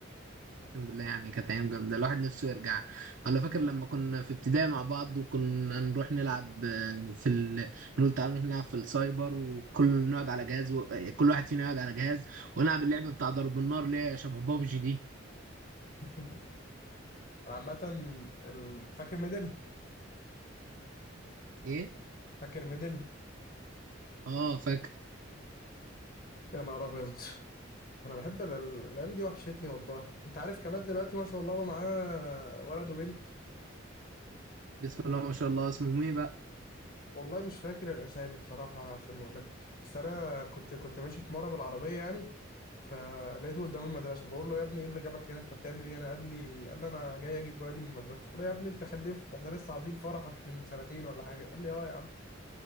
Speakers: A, on the right (about 65°); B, on the left (about 50°).
A: أقسم بالله يعني كانت أيام جامدة الواحد نفسه يرجع ولا فاكر لما كنا في ابتدائي مع بعض وكنا نروح نلعب في ال... نقول تعالوا نروح نلعب في السايبر وكل نقعد على جهاز و... كل واحد فينا يقعد على جهاز ونلعب اللعبة بتاع ضرب النار اللي هي شبه بابجي دي
B: <laughs> أنا عامة ال- فاكر ميدل
A: ايه
B: فاكر ميدل
A: اه فاكر
B: يا نهار أبيض أنا بحب ال- ال- الأيام دي وحشتني والله أنت عارف كمال دلوقتي ما شاء الله بقى معاه ولد وبنت
A: بسم الله ما شاء الله اسمه مي بقى
B: والله مش فاكر الاسامي بصراحه عشان ما اقولك بس انا كنت كنت ماشي في مره بالعربيه يعني فلقيته قدام المدرسه بقول له يا ابني ايه اللي جابك هنا انت بتعمل ايه هنا قال لي قال لي انا جاي اجيب ولادي من المدرسه قلت له يا ابني انت خلفت احنا لسه حاضرين فرحك من سنتين ولا حاجه قال لي اه يا عم